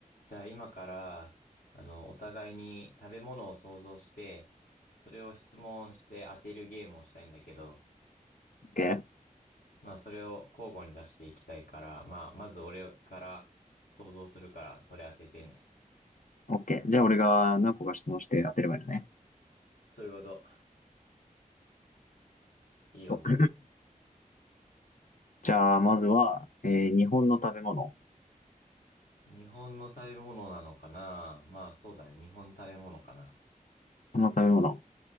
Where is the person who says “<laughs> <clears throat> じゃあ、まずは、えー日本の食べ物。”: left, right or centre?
Left